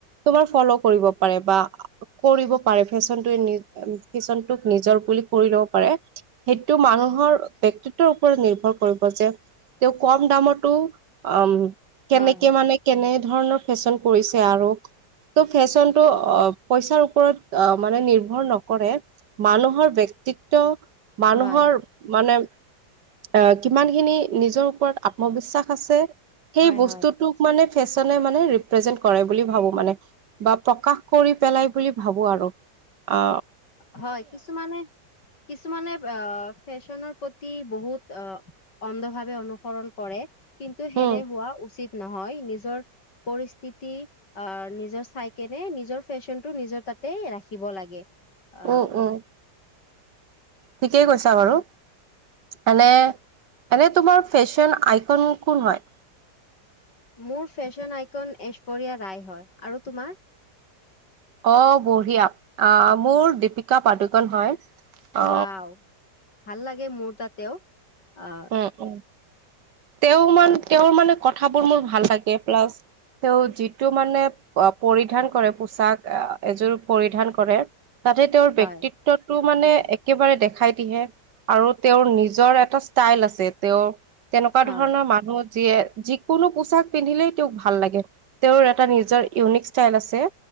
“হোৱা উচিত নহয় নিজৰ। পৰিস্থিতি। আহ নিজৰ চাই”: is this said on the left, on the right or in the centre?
Left